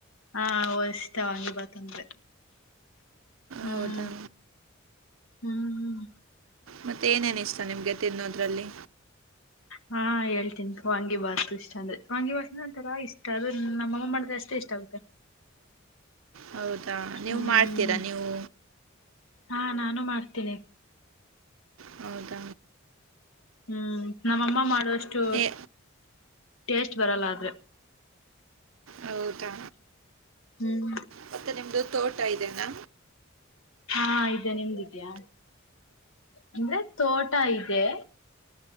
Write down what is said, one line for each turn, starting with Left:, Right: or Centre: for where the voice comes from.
Left: ಹಾ ಇಷ್ಟ ವಾಂಗಿ ಬತಂದ್ರೆ ಹ್ಮ್
Right: ಹೌದಾ
Left: ಹ್ಮ್
Right: ಮತ್ತೆ ಏನೇನಿಸ್ ನಿಮ್ಗೆ ತಿನ್ನೋದ್ರಲ್ಲಿ
Left: ಹಾ ಹೇಳ್ತೇನ್ಿ ವಾಂಗಿ ಬಾಸ್ತು ಇಷ್ಟ ಅಂದ್ರೆ ವಾಂಗಿ ಬಾಸ್ ಅಂತರ ಇಷ್ಟ ಅದು ನಮ್ಮಅಮ್ಮ ಮಾಡಿದ್ರೆ ಅಷ್ಟೇ ಇಷ್ಟ ಆಗುತ್ತೆ
Right: ಹೌದಾ ನೀವು
Left: ಹ್ಮ್
Right: ಮಾಡ್ತೀರಾ ನೀವು
Left: ಹಾ ನಾನು ಮಾಡ್ತೇನೆಿ
Right: ಹೌದ
Left: ಹ್ಮ್ ನಮ್ಮಮ್ಮ ಮಾಡುವ ಅಷ್ಟ
Right: ಏ
Left: ಟೇಸ್ಟ್ ಬರಲ್ಲ ಆದ್ರೆ
Right: ಹೌದಾ
Left: ಹ್ಮ್
Right: ಮತ್ತೆ ನಿಮ್ದು ತೋಟ ಇದೆನಾ
Left: ಹಾ ಇದ್ಯಾ ನಿಮ್ದಿದ್ಯಾ ಅಂದ್ರೆ ತೋಟ ಇದೆ